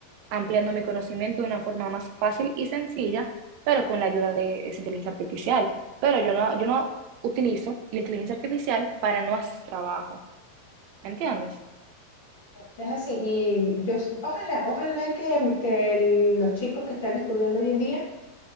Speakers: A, on the right; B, on the left.
A: ampliando mi conocimiento de una forma más fácil y sencilla, pero con la ayuda de esa inteligencia artificial. Pero yo no, yo no utilizo la inteligencia artificial para no hacer trabajo. ¿Me entiendes?
B: Es así. Y yo, s- ojalá, ojalá que, que el- los chicos que están estudiando hoy en día